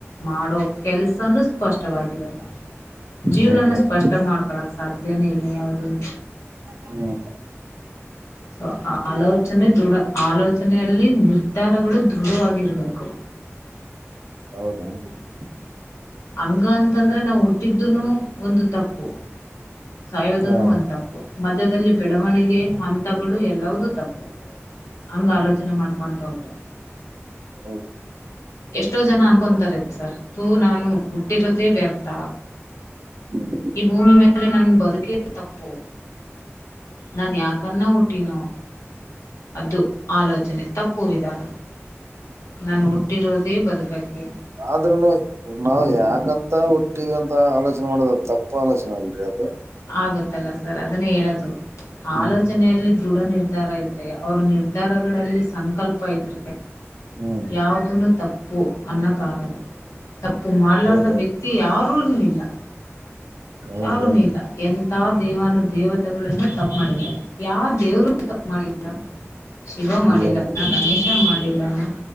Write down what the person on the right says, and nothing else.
ಹೌದೇನ್ರಿ
ಹ್ಮ
ಹೌದುನು <inaudible>
ಹಾ
ಹೌದು
ಹ್ಮ್ <inaudible>
ಆದ್ರೂ ನೋಯ್ <unintelligible> ನಾವು ಯಾಕಂತ ಹುಟ್ಟಿವಂತ ಆಲೋಚನೆ ಮಾಡದ ತಪ್ಪ ಆಲೋಚನೆ ಅಲ್ರಿ ಅದು
ಹ್ಮ್
ಹ್ಮ <inaudible>
ಹೌದೇನ್ರಿ
ಹೌದೇನ್ರಿ
ಏನ ಗೊತ್ತಿಲ್ರಿ